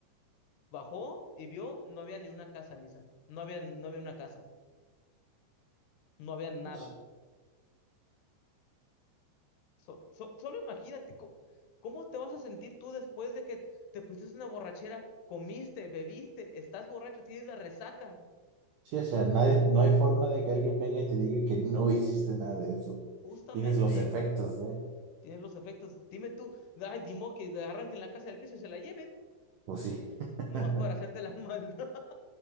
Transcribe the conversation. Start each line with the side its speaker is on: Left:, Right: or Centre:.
Left: bajó y vio, no había ni una casa, misa, no había, no había una casa, no había nada.
Right: Eso.
Left: So- so- solo imagínate co- cómo te vas a sentir tú después de que te pusiste una borrachera, comiste, bebiste, estás borracho, tienes la resaca,
Right: Sí, o sea, nadie, no hay forma de que alguien venga y te diga que no hiciste nada de eso.
Left: justamente,
Right: Tienes los efectos, ¿eh?
Left: tienes los efectos. Dime tú, ay, dimo que la arranquen la casa del piso y se la lleven,
Right: Pues sí. <laughs>
Left: nomás para hacerte la <laughs> maldad,